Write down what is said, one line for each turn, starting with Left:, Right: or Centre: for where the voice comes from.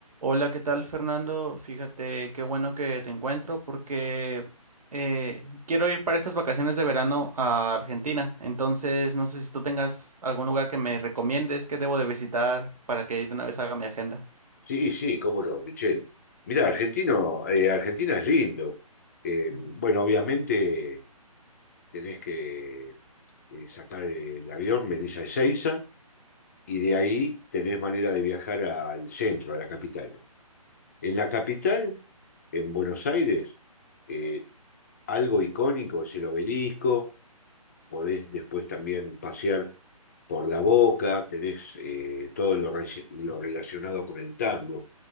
Right: Hola, ¿qué tal, Fernando? Fíjate, qué bueno que te encuentro porque eh, quiero ir para estas vacaciones de verano a Argentina. Entonces, no sé si tú tengas algún lugar que me recomiendes que debo de visitar para que de una vez haga mi agenda.
Left: Sí, sí, cómo no, Michelle. Mirá, argentino, eh, Argentina es lindo. Eh,
Right: Mm,
Left: bueno, obviamente tenés que eh, sacar el avión, venís a Ezeiza y de ahí tenés manera de viajar al centro, a la capital. En la capital, en Buenos Aires, eh, algo icónico es el obelisco, podés después también pasear por la Boca, tenés eh, todo lo, reci- lo relacionado con el tango,